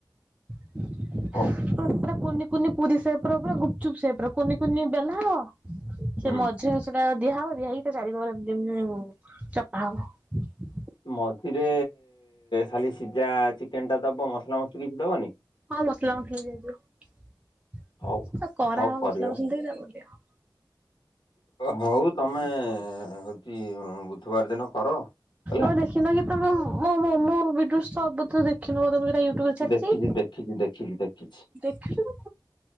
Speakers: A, on the right; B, on the left.
A: <unintelligible>
B: ହଉ,
A: କୁନି କୁନି ପୁରୀ ସେପ୍ ପୁରା ପୁରା ଗୁପଚୁପ ସେପ୍ ର କୁନି କୁନି ବେଲା ହବ
B: ହୁଁ।
A: ସେ ମଝିରେ ସେ ଦିଆ ହବ ଦିଆ ହେଇକି ତା ଚାରିକର ଏମତି ଏମତି ଚପା ହବ।
B: ମଝିରେ ଖାଲି ସିଝା ଚିକେନ ଟା ଦବ ମସଲା ମସଲି କିଛି ଦବନି?
A: ହଁ ମସଲା ମସଲି ଦିଆଯିବ।
B: ହଉ
A: କରାହେବ
B: ହଉ କରିବ
A: ମସଲା ମସଲି ଟିକେ ତାପରେ ଦିଆହେବ।
B: ହଉ ତମେ ହଉଛି ବୁଧବାର ଦିନ କର ହେଲା
A: ଆଉ ଦେଖିନ କି ତମେ ମୋ ମୋମୋ ବି ସବୁ ତ ଦେଖିନ ବୋଧେ ତମେ ୟୁଟ୍ୟୁବ୍ ରେ ଛାଡିଛି।
B: ଦେଖିଛି ଦେଖିଛି ଦେଖିଛି ଦେଖିଛି
A: ଦେଖିବ